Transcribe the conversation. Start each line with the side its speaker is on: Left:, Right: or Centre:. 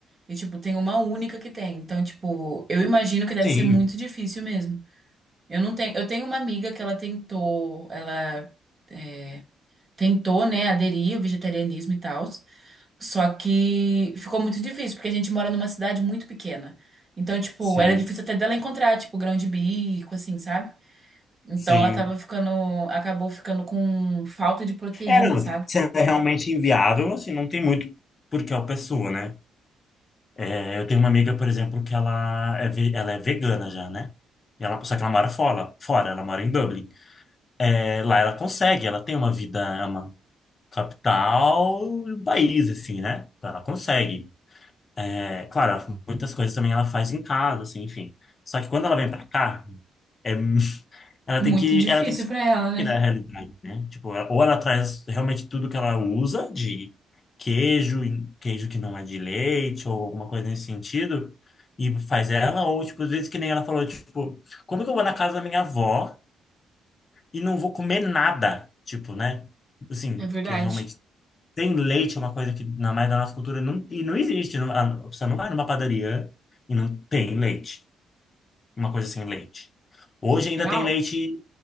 Right: E, tipo, tem uma única que tem. Então, tipo, eu imagino que deve
Left: sim,
Right: ser muito difícil mesmo. Eu não tenho. Eu tenho uma amiga que ela tentou, ela é, tentou, né, aderir ao vegetarianismo e tal. Só que ficou muito difícil, porque a gente mora numa cidade muito pequena. Então, tipo,
Left: sim,
Right: era difícil até dela encontrar, tipo, grão de bico, assim, sabe? Então
Left: sim.
Right: ela tava ficando, acabou ficando com falta de proteína,
Left: É, não,
Right: sabe?
Left: se é realmente inviável, assim, não tem muito por que a pessoa, né? É, eu tenho uma amiga, por exemplo, que ela é, ve- ela é vegana já, né? E ela, só que ela mora fora, fora, ela mora em Dublin. É, lá ela consegue, ela tem uma vida, é uma capital do país, assim, né? Então Ela consegue. É, claro, muitas coisas também ela faz em casa, assim, enfim. Só que quando ela vem pra cá, é <laughs> Ela
Right: Muito
Left: tem que,
Right: difícil
Left: ela tem que sair
Right: pra ela, né?
Left: da realidade, né? Tipo, ela- ou ela traz realmente tudo que ela usa de queijo, em- queijo que não é de leite ou alguma coisa nesse sentido, e faz ela, ou tipo, às vezes que nem ela falou, tipo, como que eu vou na casa da minha avó e não vou comer nada? Tipo, né? Assim,
Right: É verdade.
Left: que realmente tem leite, é uma coisa que na maioria da nossa cultura não, e não existe. Não, a pessoa não vai numa padaria e não tem leite, uma coisa sem leite. Hoje ainda
Right: Real.
Left: tem leite